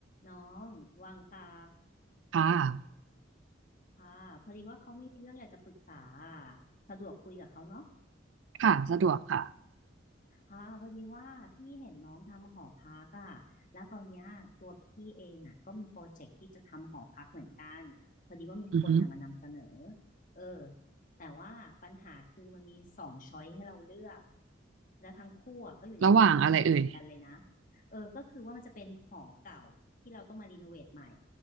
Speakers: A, on the left; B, on the right.
A: น้องว่างหรือเปล่า
B: ค่ะ
A: ค่ะพอดีว่าเขามีเรื่องอยากจะปรึกษาอะสะดวกคุยกับเขาเนาะ
B: ค่ะ สะดวกค่ะ
A: อ่าพอดีว่าพี่เห็นน้องทำหอพักอ่ะแล้วคราวเนี้ยตัวพี่เองอ่ะก็มีโปรเจกต์ที่จะทำหอพักเหมือนกันพอดีว่ามีคนน่ะมานำเสนอ
B: อือฮึ
A: เออแต่ว่าปัญหาคือมันมีสองช้อยให้เราเลือก แล้วทั้งคู่อ่ะก็อยู่ในทำเลที่ดีเหมือนกันเลยนะ
B: ระหว่างอะไรเอ่ย
A: เออก็คือว่ามันจะเป็นหอเก่าที่เราต้องมารีโนเวทใหม่